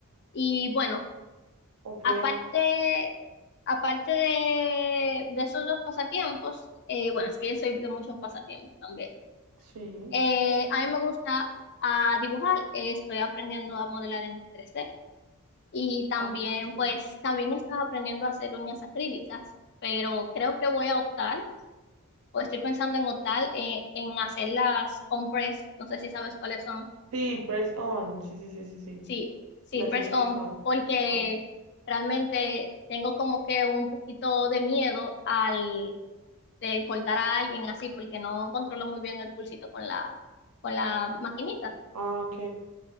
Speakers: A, on the left; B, on the right.
A: Y bueno.
B: Ok,
A: Aparte, aparte de, de esos dos pasatiempos, eh, bueno, es que yo soy de muchos pasatiempos también.
B: sí.
A: Eh, a mí me gusta ah, dibujar, eh, estoy aprendiendo a modelar en tres d y también,
B: Ah, qué chévere.
A: pues, también estaba aprendiendo a hacer uñas acrílicas, pero creo que voy a optar, o estoy pensando en optar eh, en hacer las on press, no sé si sabes cuáles son.
B: Sí, press on. Sí, sí, sí, sí, sí.
A: Sí, sí,
B: Las
A: press
B: he escuchado,
A: on, porque
B: ¿no?
A: realmente tengo como que un poquito de miedo al de cortar a alguien así, porque no controlo muy bien el pulsito con la, con la maquinita.
B: Ah, ok.